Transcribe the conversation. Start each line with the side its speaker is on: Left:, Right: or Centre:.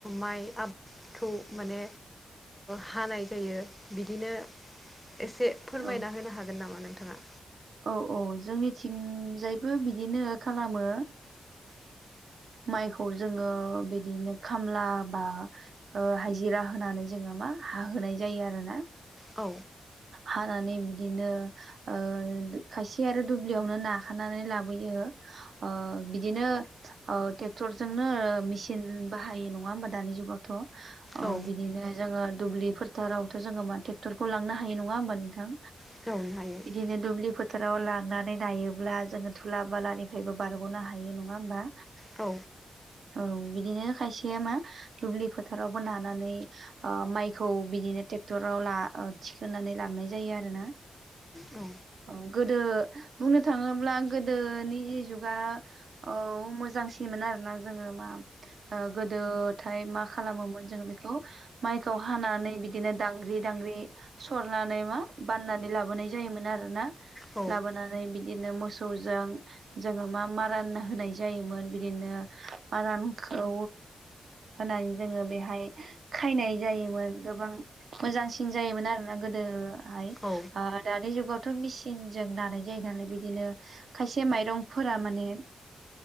Centre: माइ आ खौ माने हानाय जायो बिदिनो एसे फोरमायना
Right: औ
Centre: होनो हागोन नामा नोंथाङा?
Right: औ औ जोंनिथिंजायबो बिदिनो खालामो। माइखौ जोङो बिदिनो खामला बा हाइजिरा होनानै जोङो मा हाहोनाय जायो आरो ना।
Centre: औ
Right: हानानै बिदिनो ओ खायसे आरो दुब्लियावनो नाखानानै लाबोयो ओ बिदिनो ओ ट्रेक्टरजोंनो मेसिन बाहायो नङा होमबा दानि जुगावथ' अ
Centre: औ
Right: बिदिनो जोङो दुब्लि फोथारावथ' जोङो मा ट्रेक्टर खौ लांनो हायो नङा होमबा नोंथां
Centre: <unintelligible> हायो
Right: बिदिनो दुब्लि फोथाराव लांनानै नायोब्ला जोङो थुला बालानिफ्रायबो बारग'नो हायो नङा होमबा
Centre: औ
Right: औ बिदिनो खायसेया मा दुब्लि फोथारावबो नानानै ओ माइखौ बिदिनो ट्रेक्टराव ला ओ थिखोनानै लाबनाय जायो आरो ना
Centre: औ
Right: औ गोदो बुंनो थाङोब्ला गोदोनि जि जुगा औ मोजांसिनमोन आरोना जोङो मा ओ गोदोथाय मा खालामोमोन जोङो बेखौ माइखौ हानानै बिदिनो दांग्रि दांग्रि सरनानै मा बाननानै लाबोनाय जायोमोन आरो ना
Centre: औ
Right: लाबोनानै जे बिदिनो मोसौजों जोङो मा मारान होनाय जायोमोन बिदिनो मारानखौ होनानै जोङो बेहाय खायनाय जायोमोन गोबां मोजांसिन जायोमोन आरोना गोदोहाय
Centre: औ
Right: ओ दानि जुगाव थ' मेसिनजों दानाय जायो नालाय बिदिनो खायसे माइरंफोरा माने